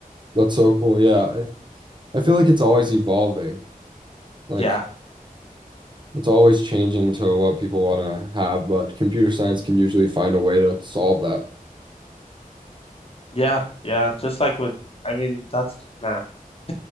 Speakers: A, on the right; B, on the left.
A: That's so cool. Yeah. I I feel like it's always evolving. Like
B: Yeah.
A: It's always changing to what people want to have, but computer science can usually find a way to solve that.
B: Yeah, yeah, just like with, I mean, that's, man, <laughs>